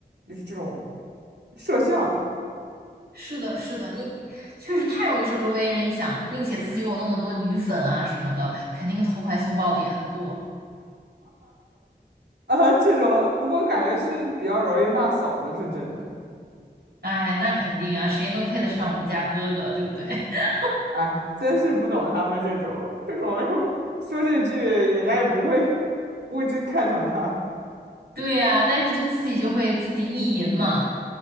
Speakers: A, on the right (about 90°); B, on the right (about 70°).
A: 就是这种摄像，
B: 是的，是的，你你确实太容易受周围人影响，并且自己有那么多女粉啊什么的，肯定投怀送抱的也很多。
A: 呃，这种不过感觉是比较容易骂嫂子，是真的。
B: 哎，那肯定啊，谁能配得上我们家哥哥，对不对？<laughs>
A: 哎，真是不懂他们这种这种又说这句，人家也不会不会真看上他。
B: 对呀，但是就自己就会自己意淫嘛，